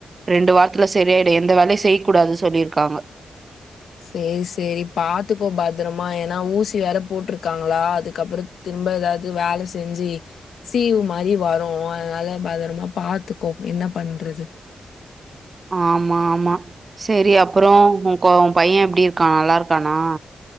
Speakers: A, on the right (about 40°); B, on the left (about 80°).
A: ரெண்டு வாரத்துல செரியாயிடு எந்த வேலையு செய் கூடாது சொல்லிருக்காங்க
B: செரி செரி பாத்துக்கோ பத்திரமா ஏனா ஊசி வேற போட்ருக்காங்ளா அதுக்கப்பற திரும்ப எதாவது வேல செஞ்சி சீவு மாரி வரு அதனால பதரமா பாத்துக்கோ என்ன பண்றது
A: ஆமா ஆமா செரி அப்றோ உ கோ உன் பைய எப்டிருக்கா நல்லாருக்கானா